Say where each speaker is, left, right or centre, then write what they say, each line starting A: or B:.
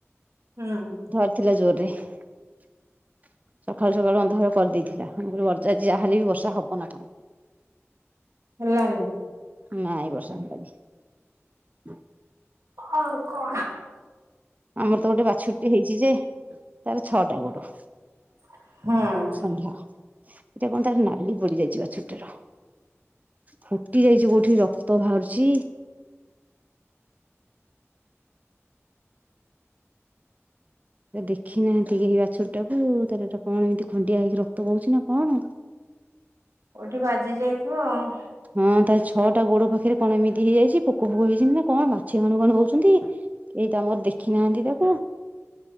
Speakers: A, on the right (about 85°); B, on the right (about 30°).
A: ହୁଁ
B: ଧରିଥିଲା ଜୋର ଇ ସକାଳୁ ସକାଳୁ ଅନ୍ଧକାର କରିଦେଇଥିଲା ଆ ବର୍ଜାଛି ଯାହାହେଲେ ବି ବର୍ଷା ହବ ନା କଣ।
A: ହେଲ
B: ନା ଏଇ ବର୍ଷା ହେଲା କି?
A: ଆଉ କଣ?
B: ଆମର ତ ଗୋଟେ ବାଛୁରୀଟେ ହେଇଛି ଯେ ତାର ଛଅଟା ଗୋଡ।
A: ହଁ।
B: ଷଣ୍ଢ ଏଇଟା କଣ ତାର ନାଲି ପଡିଯାଇଛିି ବାଛୁରୀ ଟାର। ଫୁଟି ଯାଇଛି କୋଉଠି ରକ୍ତ ବାହାରୁଛି। ଦେଖିନାହାନ୍ତି କେହି ବାଛୁରୀ ଟାକୁ ତାର ଗୋଟେ କଣ ଏମିତି ଖଣ୍ଡିଆ ହେଇକି ରକ୍ତ ବହୁଛି ନା କଣ।
A: ଓଠି ବା। ବାଜି ଯାଇଥିବ ଆଉ।
B: ହଁ ତା ଛଅଟା ଗୋଡ ପାଖରେ କଣ ଏମିତି ହେଇଯାଇଛି ପୋକ ଫୋକ ହେଇଛନ୍ତି ନା କଣ ମାଛି ଭାନୁ ଭାନୁ ହଉଛନ୍ତି ଏଇ ତ ଆମର ଦେଖି ନାହାନ୍ତି ତାକୁ।